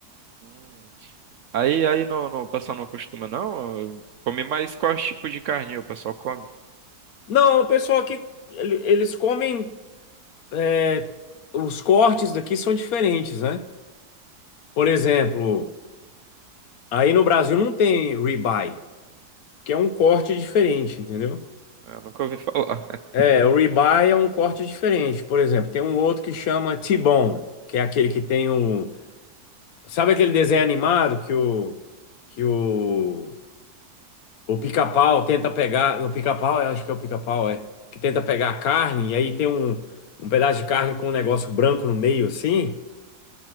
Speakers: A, on the right; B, on the left.
A: Hum. Aí, aí no, no- o pessoal não costuma, não? Come mais qual tipo de carne o pessoal come?
B: Não, o pessoal aqui, ele- eles comem, é, os cortes daqui são diferentes, né? Por exemplo, aí no Brasil não tem ribeye, porque é um corte diferente, entendeu?
A: Eu nunca ouvi falar. <laughs>
B: É, o ribeye é um corte diferente. Por exemplo, tem um outro que chama T-bone, que é aquele que tem o... Sabe aquele desenho animado que o... que o... O pica-pau tenta pegar. O pica-pau, eu acho que é o pica-pau, é. Que tenta pegar a carne, e aí tem um, um pedaço de carne com um negócio branco no meio, assim.